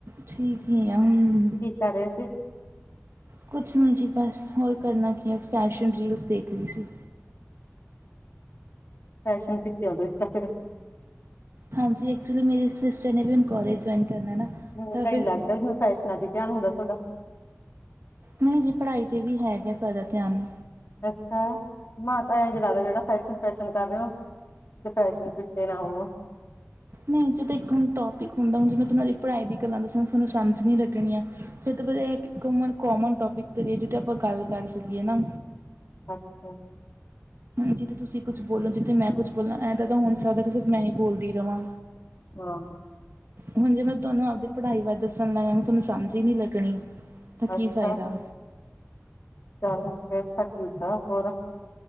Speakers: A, on the right (about 55°); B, on the left (about 55°).
A: ਠੀਕ ਹੀ ਆ ਹਮ
B: ਕੀ ਕਰ ਰਹੇ ਸੀ
A: ਕੁਛ ਨਹੀਂ ਜੀ ਬਸ ਹੋਰ ਕਰਨਾ ਕੀ ਹੈ ਫੈਸ਼ਨ ਰੀਲਸ ਦੇਖ ਰਹੀ ਸੀ
B: ਫੈਸ਼ਨ ਕਿਤੇ ਹੋਦੇ ਸੀ ਤਾਂ ਫਿਰ
A: ਹਾਂਜੀ ਐਕਚੁਲੀ ਮੇਰੀ ਸਿਸਟਰ ਨੇ ਵੀ ਹੁਣ ਕੋਲੇਜ ਜੁਆਇਨ ਕਰਨਾ ਨਾ
B: ਹਮ
A: ਤਾਂ
B: ਤਾਂਇ
A: ਫਿਰ
B: ਲੱਗਦਾ ਹੁਣ ਫੈਸ਼ਨਾਂ ਤੇ ਧਿਆਨ ਹੁੰਦਾ ਤੁਹਾਡਾ
A: ਨਹੀਂ ਜੀ ਪੜ੍ਹਾਈ ਤੇ ਵੀ ਹੈਗਾ ਸਾਰਾ ਧਿਆਨ
B: ਅੱਛਾ ਮਾਂ ਤਾਂ ਐਂਜ ਲਗਦਾ ਜਿਹੜਾ ਫੈਸ਼ਨ ਫੈਸ਼ਨ ਕਰ ਰਹੇ ਹੋ ਫੈਸ਼ਨ ਦਿੱਤੇ ਨਾ ਉਹ
A: ਨਹੀਂ ਜੇ ਤਾਂ ਇੱਕ ਹੁਣ ਟੋਪਿਕ ਹੁੰਦਾ ਹੁਣ ਜਿਵੇੈਂ ਤੁ ਉਹਨਾਂ ਦੀ ਪੜ੍ਹਾਈ ਦੀ ਗੱਲਾਂ ਦੱਸੀਆਂ ਤੁਾਨੂੰ ਸਮਝ ਨਹੀਂ ਲੱਗਣੀਆਂ ਫਿਰ ਤੋਂ ਪਤਾ ਇਹ ਕਿ ਇੱਕ ਕੋਮਨ ਟੋਪਿਕ ਕਰੀਏ ਜਿਤੇ ਆਪਾਂ ਗੱਲ ਕਰ ਸਕੀਏ ਨਾ
B: ਅੱਛਾ
A: ਜਿੱਥੇ ਤੁਸੀਂ ਕੁਛ ਬੋਲੋ ਜਿੱਥੇ ਮੈਂ ਕੁਛ ਬੋਲਾਂ ਐਦ ਤਾਂ ਹੋ ਨਹੀਂ ਸਕਦਾ ਕਿ ਸਿਰਫ ਮੈਂ ਹੀ ਬੋਲਦੀ ਰਵਾਂ
B: ਹਾਂ
A: ਹੁਣ ਜੇ ਮੈਂ ਤੁਹਾਨੂੰ ਆਪਦੀ ਪੜ੍ਹਾਈ ਬਾਰੇ ਦੱਸਣ ਲੱਗਾਂਗੀ ਤੁਹਾਨੂੰ ਸਮਾਂਝ ਹੀ ਨਹੀਂ ਲੱਗਣੀ ਤਾਂ ਕੀ
B: ਅੱਛਾ
A: ਫਾਇਦਾ
B: ਚੱਲ ਫੇਰ ਤਾਂ ਠੀਕ ਆ ਹੋਰ